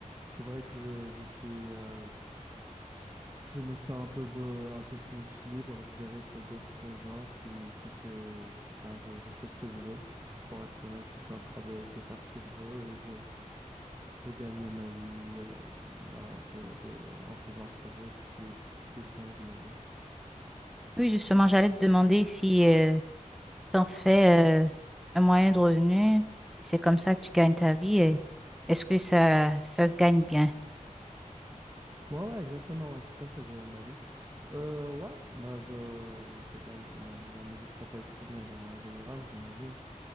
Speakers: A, on the right; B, in the centre.
A: C'est vrai que je, je suis, euh, Je me sens un peu, be- un peu plus libre, je dirais, que d'autres gens qui, qui se... Ben, je, je fais ce que je veux. Pour être honnête, je suis en train de, de faire ce que je veux et je, je gagne ma vie euh, ben, de, de, en faisant ce que je veux, ce qui est, ce qui est bien, j'imagine.
B: Oui, justement, j'allais te demander si euh, tu en fais euh, un moyen de revenu, si c'est comme ça que tu gagnes ta vie, et est-ce que ça, ça se gagne bien?
A: Ouais, ouais, exactement, ouais, c'est comme ça que je gagne ma vie. Euh, ouais, ben, je, ben, ça gagne, ben, la musique, ça paye très bien, genre, en général, j'imagine.